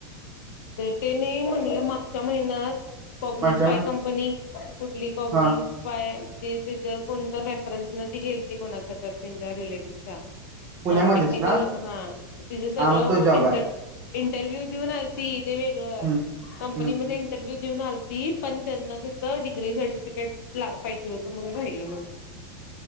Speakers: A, on the left; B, on the right.
A: नाही तेने म्हणले मागच्या महिन्यात कोग्नीज
B: मागच्या महिन्यात
A: हाय कंपनी, कुठली कोग्नीज?
B: हा
A: य त <unintelligible> त कोणत रेफरन्स न त गेली त कोणाच्या तर त्यांच्या रिलेटिव्हच्या
B: पुण्यामध्येच
A: नॉन टेक्निकल
B: ना
A: हा तिझ सगळं-
B: हा मग तो
A: व
B: जॉब
A: इंटर
B: आहे
A: -इंटरव्ह्यू दिऊन आल त <unintelligible> ते वेगळं
B: हम्म
A: कंपनी
B: हम्म
A: मध्ये <unintelligible> इंटरव्ह्यू दिऊन आलती पण त्यांना तित डिग्री सर्टिफिकेट ला पाहिजे होतं म्हणून राहिलं म्हण.